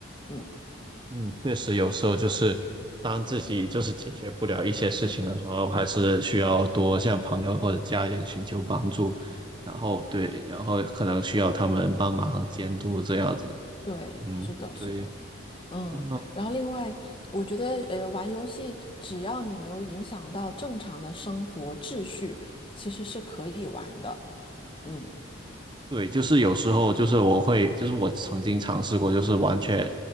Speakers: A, on the left; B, on the right.
A: 嗯。
B: 嗯，确实有时候就是当自己就是解决不了一些事情的时候，还是需要多向朋友或者家人寻求帮助，然后对，然后可能需要他们帮忙监督这样子。
A: 对，
B: 嗯，
A: 是的，
B: 对
A: 是的，嗯，
B: 啊，
A: 然后另外，我觉得呃，玩游戏只要你没有影响到正常的生活秩序，其实是可以玩的。嗯，
B: 对，就是有时候就是我会，就是我曾经尝试过，就是完全